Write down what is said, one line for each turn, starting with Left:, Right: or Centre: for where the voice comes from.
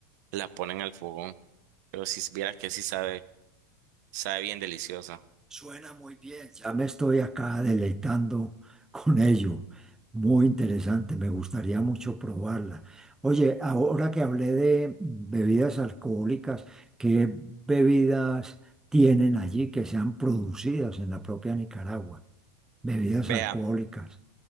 Right: la ponen al fogón. Pero si vieras que sí sabe, sabe bien deliciosa.
Centre: Suena muy bien, ya me estoy acá deleitando con ello. Muy interesante, me gustaría mucho probarla. Oye, ahora que hablé de bebidas alcohólicas, ¿qué bebidas tienen allí que sean producidas en la propia Nicaragua? Bebidas
Right: Vea,
Centre: alcohólicas.